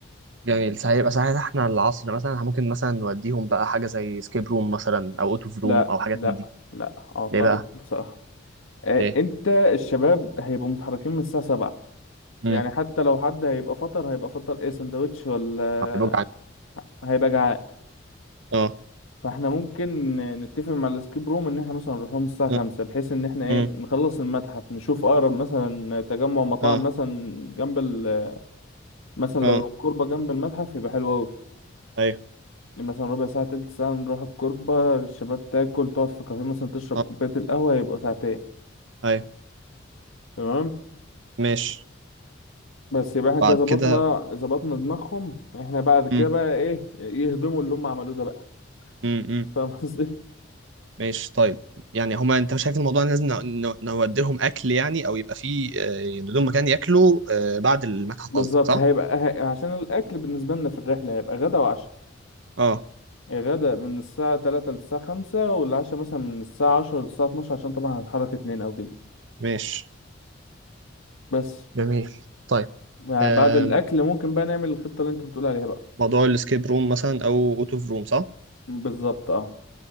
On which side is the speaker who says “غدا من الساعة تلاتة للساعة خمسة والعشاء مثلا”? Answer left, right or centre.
Left